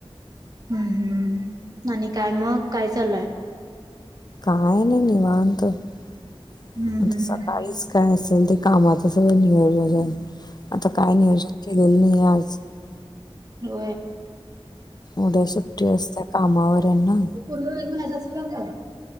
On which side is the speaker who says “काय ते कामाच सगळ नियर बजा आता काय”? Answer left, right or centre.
Left